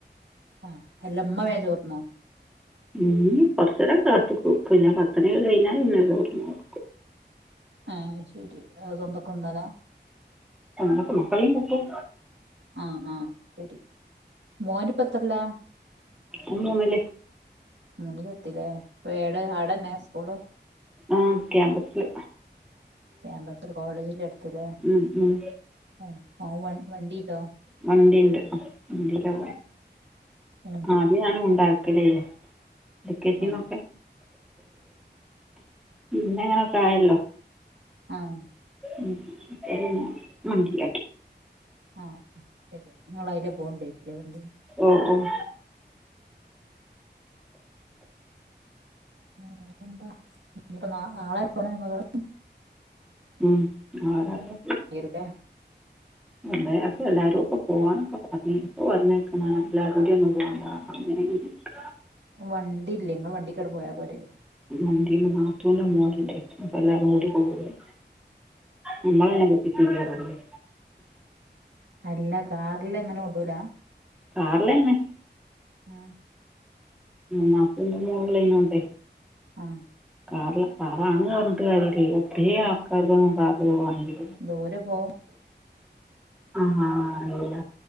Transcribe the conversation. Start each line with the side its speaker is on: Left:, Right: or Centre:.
Right: ആഹ് അല്ല അമ്മ വേം ചോർന്നോ
Centre: ഉം കൊർചേരൊക്കെ കാത്ത്ക്കുംപിന്നെ പത്തണ്യൊക്കെ കഴിഞ്ഞാ പിന്നെ ചോറ്ന്നോർ
Right: ആഹ് ശെരി സ്വന്തക്കൊന്നല്ലെ
Centre: എക്ക് മക്കളും കൂട്ടും
Right: ആഹ് ആഹഹ് ശെരി മോന് പ്പത്രലാ
Centre: ഓം മൂന്നില്
Right: മൂനിലെത്തിലേ ഏടെ ആടന്നെ സ്കൂള്
Centre: ആഹ് ക്യാമ്പസ് ല്
Right: ക്യാമ്പസ്ൽ കോളേജിന്റെ അട്ത്ത്ലേ
Centre: ഉം, ഉം.
Right: ഏഹ് വ വണ്ടീണ്ടോ
Centre: വണ്ടീണ്ട് വണ്ടീലാ
Right: ഏ
Centre: ആദ്യം ഞാൻ കൊണ്ടാക്കലേര്ന്നു എൽ കെ ജി
Right: ആഹ്
Centre: ന്നൊക്കെ പിന്ന ങ്ങനൊക്കായല്ലോ
Right: ആഹ്
Centre: ഉം ശെരി ന്നാ നന്ദി ഓക്കെ
Right: ആഹ് ശെരി ങ്ങളെ ഐലെ പോണ് ണ്ടേര്ക്കുലേ വണ്ടി
Centre: ആഹ് ആഹ്
Right: ആഹ് വേറെന്താ ഞ്ഞിപ്പൊ ന നാളെ പോണത് മകള്
Centre: ഉം നാളെ രാവിലെ പോവും
Right: <unintelligible>
Centre: ഉണ്ടേ അപ്പൊ എല്ലാവാരും ഒക്കെ പോവാനൊക്കെ പറഞ്ഞപ്പ വന്നേക്കുന്ന എല്ലാവരുംൂടെയും ഒന്നന്ന് പോകണ്ട അങ്ങന ങ്ങട്ട്
Right: വണ്ടില്ലേ ഇങ്ങളെ വണ്ടിക്കണ് പോയാ പോരെ
Centre: വണ്ടീല് നാത്തൂന്റെ മോന്ണ്ടേ അപ്പ എല്ലാരും കൂടി പോവൂലെയ് നമ്മളെന്നെ പിപ്പിരാ കാരല്ലോ
Right: അല്ല കാറില ങ്ങനെ കൊള്ളൂല
Centre: കാറിലെന്നെ
Right: ആഹ്
Centre: മാപ്ലീം ന്റെ മോളൂണ്ടേ
Right: ആഹ
Centre: കാ കാറണെന്ന് പറഞ്ഞികാര്യ ഒന്നുല <unintelligible>
Right: <unintelligible>
Centre: ആ അല്ല